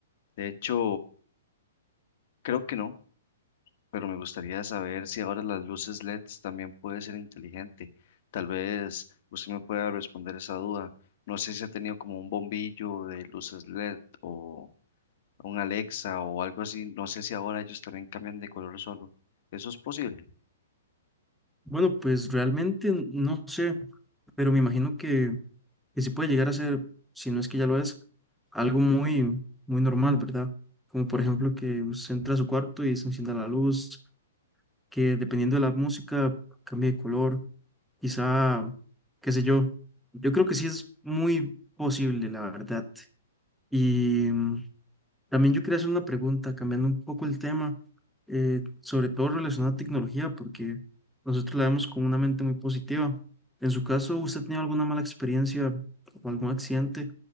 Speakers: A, on the left (about 40°); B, in the centre.
A: De hecho, creo que no, pero me gustaría saber si ahora las luces LEDs también puede ser inteligente. Tal vez usted me pueda responder esa duda. No sé si ha tenido como un bombillo de luces LED o un Alexa o algo así. No sé si ahora ellos también cambian de color solo. ¿Eso es posible?
B: Bueno, pues realmente n- no sé, pero me imagino que, que sí puede llegar a ser, si no es que ya lo es, algo muy, muy normal, ¿verdad? Como por ejemplo que usted entra a su cuarto y se encienda la luz que dependiendo de la música cambie de color, quizá, qué sé yo. Yo creo que sí es muy posible, la verdad. Y mm, también yo quería hacer una pregunta, cambiando un poco el tema, eh, sobre todo relacionado a tecnología, porque nosotros la vemos con una mente muy positiva. En su caso, ¿usted ha tenido alguna mala experiencia o algún accidente